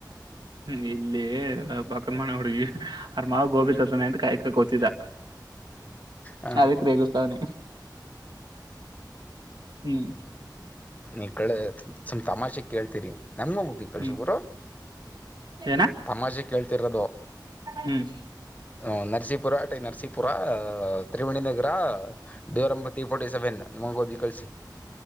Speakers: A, on the right; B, on the left.
A: ಹ್ಮ್ ಇಲ್ಲಿ ಪಕ್ಕನ್ ಮನೆ ಹುಡುಗಿ ಅವರ ಮಾಮ ಗೋಬಿ ತರ್ತಾನ ಎಂತ ಕಾಯಕ ಕೊತಿದ
B: ಹ
A: ಅದಕ್ಕೆ ರೇಗಸ್ತಾವನಿ ಹ್ಮ್
B: ನೀವ್ ಗಳ <unintelligible> ತಮಾಷೆಗೆ ಕೇಳ್ತೀರಿ ನಮ್ಗೂ ಗುಬ್ಬಿ ಕಳ್ಸು
A: ಹ್ಮ್
B: ಗುರು
A: ಏನ
B: ತಮಾಷೆ ಕೇಳ್ತಿರೋದು
A: ಹ್ಮ್
B: ಹ್ಮ ನರಸೀಪುರ ಟೈ Narasipura Triveni Nagar door number three forty seven ನಮಗೆ ಗೋಬಿ ಕಳಿಸಿ